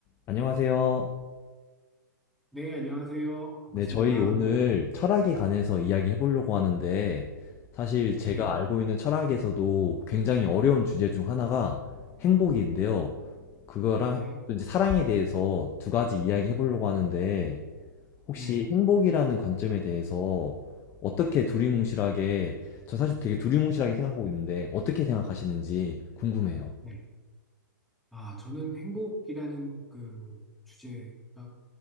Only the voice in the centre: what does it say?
네, 안녕하세요. 반갑습니다.
네,
네,
네,
네. 아, 저는 행복이라는 그 주제가